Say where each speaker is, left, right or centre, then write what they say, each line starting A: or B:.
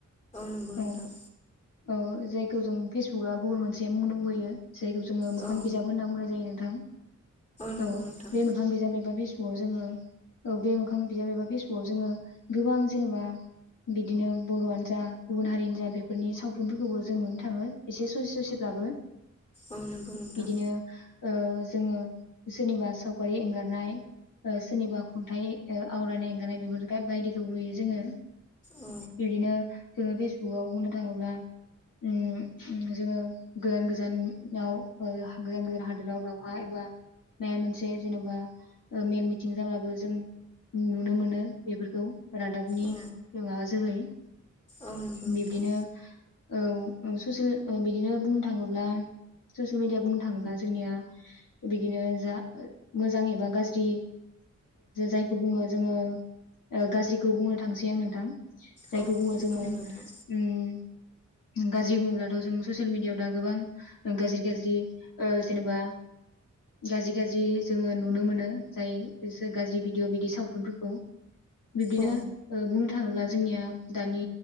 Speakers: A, on the left; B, on the left.
A: नंगौ नोंथां
B: औ ओ जायखौ जों फेसबुकआ गुबुन मोनसे जे मुं दंबोयो जायखौ जोङो मोखां
A: औ
B: बिजाब होनना बुंनाय जायो।
A: नंगौ
B: ओं औ
A: नोंथां
B: बे मोखां बिजाब एबा बिस औ जोङो ओ बे मोखां बिजाब एबा फेसबुकव जोङो गोबां जेनेबा बिदिनो बर'आनो जा गुबुन हारिनो जा बेफोरनि सावथुनफोरखौबो जों मोननो थाङो एसे ससे ससेब ब्लाबो
A: औ नंगौ नोंथां
B: बिदिनो ओ जोङो सोरनिबा सावगारि एंगारनाय ओ सोरनिबा खन्थाइ ओ आवरायनाय एंगारनाय बेफोर बायदिखौ नुयो जोङो
A: औ
B: बिबदिनो जोङो फेसबुकाव बुंनो थाङोब्ला उम उम जोङो गोजान गोजानाव ओ गोजान गोजान हादोराव दावहा एबा बा मोनसे जेन'बा ओ मेल मिथिं जाब्लाबो नुनो मोनो बेफोरखौ रादाबनि
A: औ
B: माबा जोहै
A: औ नंगौ
B: बिब्दिनो
A: नोंथां
B: औ ओं सुसिल ओ बिदिनो बुं। बुंनो थाङोब्ला ससिेल मिडियाआव बुंनो थाङोब्ला जोंनिया बिदिनो जा मोजां एबा गाज्रि जायखौ बुङो जोङो गाज्रिखौ बुंनो थांसै आं नो। थां जायखौ
A: औ
B: बुङो जोङो
A: बुं नोंथां
B: उम। गाज्रि बुङोब्लाथ' जों ससियेल मिडिया। ओ गोबां गाज्रि गाज्रि ओ जेनेबा गाज्रि गाज्रि जोङो नुनो मोनो जाय गाज्रि भिडअ बिदि सावथुन। फोरखौ बिबदिनो
A: औ
B: ओ बुंनो। बुंनो थाङोब्ला जोंनिया दानि